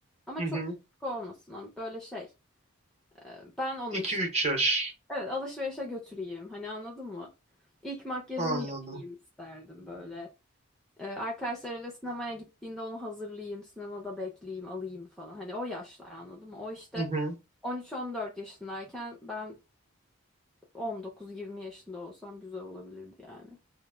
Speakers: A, in the centre; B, on the right.
A: Ama
B: Hı
A: çok
B: hı.
A: da küçük olmasın. Ama böyle şey. e, Ben onu
B: 2-3
A: işte.
B: yaş.
A: Evet alışverişe götüreyim. Hani anladın mı? İlk makyajını
B: Anladım.
A: yapayım isterdim böyle. E, Arkadaşlarıyla sinemaya gittiğinde onu hazırlayayım. Sinemada bekleyeyim alayım falan. Hani o yaşlar anladın mı? O işte
B: Hı hı.
A: 13-14 yaşındayken ben 19-20 yaşında olsam güzel olabilirdi yani.